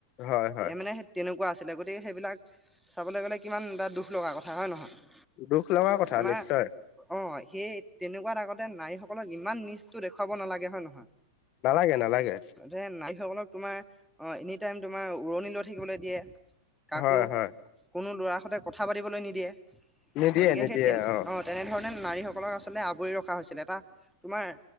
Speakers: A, in the centre; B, on the left (about 40°).
A: এ,
B: হয় হয়
A: মানে তেনেকুৱা আছিলে। গতিকে, সেইবিলাক চাবলৈ গ'লে, কিমান এটা দুখ লগা কথা! হয় নহয়?
B: দুখ লগা কথা!
A: আমাৰ
B: নিশ্চয়।
A: অ'! সেই, তেনেকুৱাত আগতে, নাৰীসকলক ইমান নীচটো দেখুৱাব নালাগে। হয়, নহয়?
B: এ নালাগে।
A: তাতে, নাৰীসকলক তোমাৰ, অ'! এনিটাইম তোমাৰ, উৰণি লৈ থাকিবলৈ দিয়ে। কাকো,
B: হয় হয়
A: কোনো ল'ৰাৰ সৈতে, কথা পাতিবলৈ নিদিয়ে।
B: নিদিয়ে-নিদিয়ে,
A: গতিকে সেই তেন
B: অ'!
A: অ'! তেনেধৰণে, নাৰীসকলক আচলতে আৱৰি ৰখা হৈছিলে, এটা তোমাৰ,